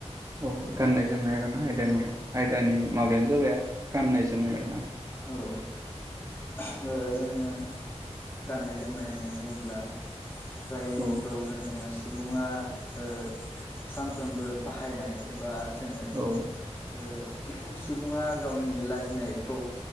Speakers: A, on the right; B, on the left.
A: औ गाननाय जोमनाय आरो ना आयदानिया
B: औ
A: आयदानि माबायानो जाबाय गाननाय जोमनाय आरो ना।
B: औ ओ जोङो। गाननाय जोमनाय होननानै बुङोब्ला जायखौ
A: औ
B: जोङो। सुबुङा ओ सानफ्रोमबो बाहायनाय एबा जोङो
A: औ
B: ओ सुबुङा गावनि लाजिनायखौ